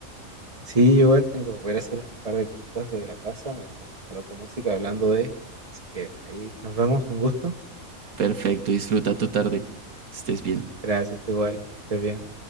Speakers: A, on the right (about 25°); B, on the right (about 80°).
A: sí, yo igual tengo, voy a ir a hacer un par de cositas de la casa mientras coloco música hablando de, así que ahí nos vemos, un gusto.
B: Perfecto, disfruta tu tarde. Estés bien.
A: Gracias, tú igual. Que estés bien.